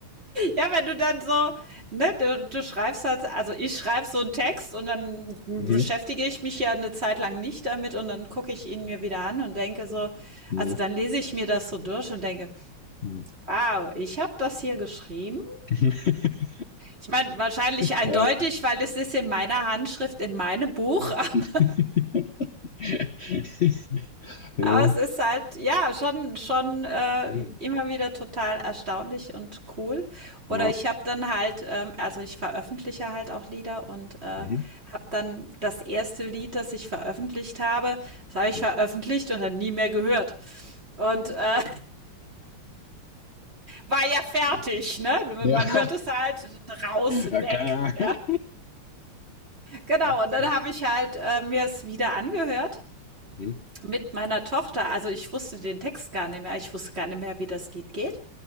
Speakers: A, on the right (about 30°); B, on the left (about 60°).
A: ja, wenn du dann so, ne, du, du schreibst halt, also ich schreibe so einen Text und dann beschäftige
B: Mhm.
A: ich mich ja eine Zeit lang nicht damit und dann gucke ich ihn mir wieder an und denke so,
B: Mhm.
A: also dann lese ich mir das so durch und denke,
B: Mhm.
A: wow, ich habe das hier geschrieben
B: <laughs>
A: Ich meine, wahrscheinlich eindeutig,
B: Ja.
A: weil es ist in meiner Handschrift, in meinem Buch.
B: <laughs>
A: <laughs>
B: Ja.
A: Aber es ist halt, ja, schon, schon äh,
B: Mhm.
A: immer wieder total erstaunlich und cool.
B: Ja.
A: Oder ich habe dann halt, ähm, also ich veröffentliche halt auch Lieder und äh,
B: Mhm. <laughs>
A: habe dann das erste Lied, das ich veröffentlicht habe, das habe ich
B: Mhm.
A: veröffentlicht und dann nie mehr gehört. Und äh, war ja fertig,
B: Yes.
A: ne?
B: Ja.
A: Man
B: <laughs>
A: hört es halt raus, weg.
B: Ja, keine
A: Ja,
B: Ahnung.
A: genau.
B: Ach,
A: Und dann
B: mhm.
A: habe ich halt äh, mir es wieder angehört
B: Mhm.
A: Mit meiner Tochter, also ich wusste den Text gar nicht mehr, ich wusste gar nicht mehr, wie das Lied geht.